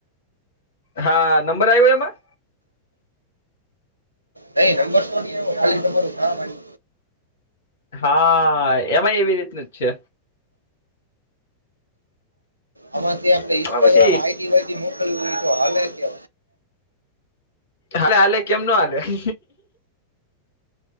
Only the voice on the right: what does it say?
નહી નંબર તો નહીં આવ્યું ખાલી તમારુ નામ આવ્યું.
આમાંથી આપણે
ઇન્સ્ટાગ્રામ
આઈડી વાઈડી મોકલવી હોય તો હાલે કે.